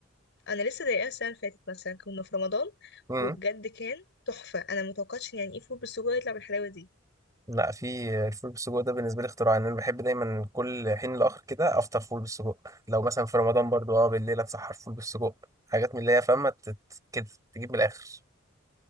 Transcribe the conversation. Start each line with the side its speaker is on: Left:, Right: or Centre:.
Left: انا لسه ضايقاها السنه اللي فاتت مثلا كنا في رمضان
Right: امم
Left: وبجد كان تحفه انا متوقعتش إن يعني ايه فول بالسجق يطلع بالحلاوه دي
Right: لا في الفول بالسجق ده بالنسبة لي اختراع إن أنا بحب دايما كل حين لآخر كده أفطر فول بالسجق لو مثلا في رمضان برضو أه بالليل أتسحر فول بالسجق حاجات من اللي هي فاهمة تت- كده تجيب من الآخر